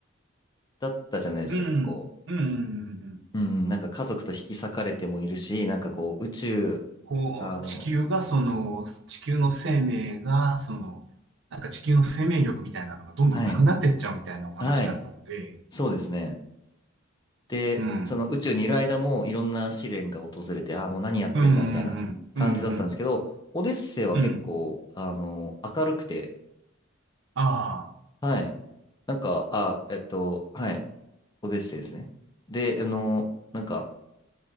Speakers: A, on the left (about 20°); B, on the right (about 60°).
A: だったじゃないですか、
B: うん、
A: 結構。
B: うん、うん、うんうん
A: うん、なんか家族と引き裂かれてもいるし、なんかこう、宇宙、
B: こう、
A: あの、
B: 地球がその、地球の生命が、その、なんか地球の生命力みたいなのがどんどんなくなってっちゃうみたいなお話だったので、
A: はい、はい、そうですね。で、
B: うん、
A: その宇宙にいる間もいろんな試練が訪れて、ああ、もう何やってんだみたいな感じだったんですけど、
B: うん、うん、うん、うん、うん、
A: オデッセイは結構、
B: うん、
A: あの、明るくて、
B: ああ、
A: はい。なんか、あ、えっと、はい、オデッセイですね。で、あの、なんか、